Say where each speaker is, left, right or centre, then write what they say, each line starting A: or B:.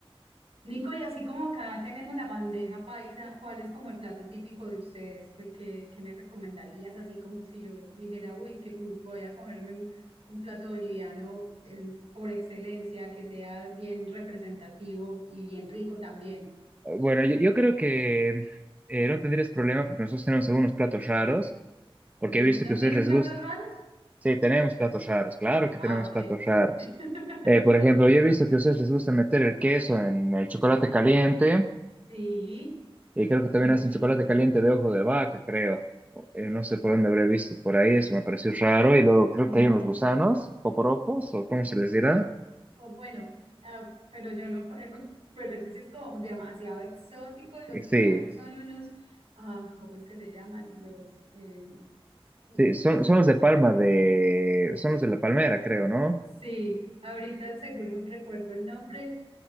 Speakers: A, on the right (about 80°); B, on the right (about 15°).
A: Nico, y así como acá tenemos la bandeja paisa, ¿cuál es como el plato típico de ustedes? ¿Qué, qué- qué me recomendarías? Así como si yo dijera, uy, que mm, voy a comerme un, un plato boliviano el- por excelencia, que sea bien representativo y bien rico también.
B: Bueno, yo, yo creo que eh, no tendrías problema porque nosotros tenemos algunos platos raros, porque
A: ¿No
B: he visto que a ustedes
A: tienen
B: les
A: platos
B: gusta.
A: raros?
B: Sí, tenemos platos raros, claro que
A: Ah,
B: tenemos
A: ok.
B: platos raros.
A: <laughs>
B: Eh, por ejemplo, yo he visto que a ustedes les gusta meter el queso en el chocolate caliente,
A: Sí,
B: y creo que también
A: mucho.
B: hacen chocolate caliente de ojo de vaca, creo. Eh, no sé por dónde habré visto por ahí, eso me pareció raro. Y luego creo
A: No.
B: que hay unos gusanos, poporopos, o cómo se les dirá.
A: O bueno, ah, pero yo no, co- <laughs> pero eso sí es como demasiado exótico. Los
B: Eh, sí,
A: gusanos son unos, ah, ¿cómo es que se llaman? Los, eh, mm,
B: sí,
A: mm.
B: son, son los de palma de. Son los de la palmera, creo, ¿no?
A: sí, ahorita seguro recuerdo el nombre,